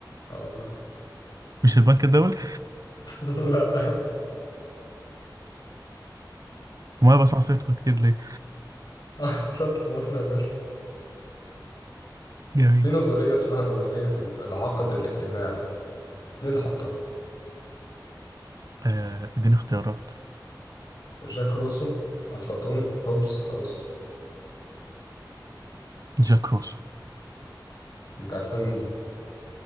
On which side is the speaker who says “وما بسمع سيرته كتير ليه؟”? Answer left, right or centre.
Right